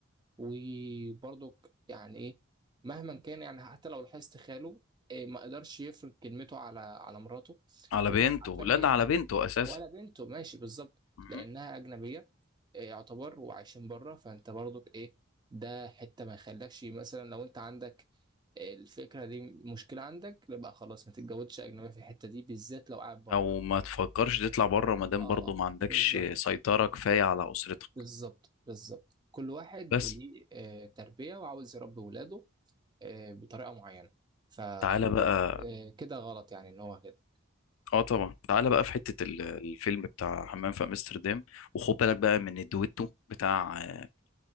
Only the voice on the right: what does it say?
وبرضك يعني ايه مهما كان يعني حتى لو لاحظت خاله إيه ما قدرش يفرض كلمته على على مراته
بيبقى
عشان
هي
ولا بنته ماشي بالظبط
لانها اجنبيه إيه يعتبر وعايشين بره فانت برضك ايه ده حته ما يخلكش مثلا لو انت عندك آه، الفكره دي مشكله عندك لا بقى خلاص ما تتجوزش اجنبيه في الحته دي بالذات لو قاعد بره
اه
اه
بالظبط
بالظبط بالظبط كل واحد
وليه آه، تربيه وعاوز يربي ولاده آه، بطريقه معينه فاعتقد
آه، كده غلط يعني ان هو كده